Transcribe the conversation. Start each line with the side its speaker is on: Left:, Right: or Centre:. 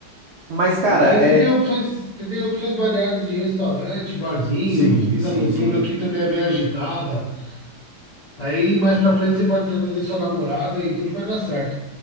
Right: Mas, cara,
Left: E daí
Right: é.
Left: você tem opções, você tem opções variadas de restaurante, barzinhos,
Right: Sim,
Left: vida
Right: sim,
Left: noturna
Right: sim.
Left: aqui também é bem agitada. Aí mais pra frente você pode trazer sua namorada e tudo vai dar certo.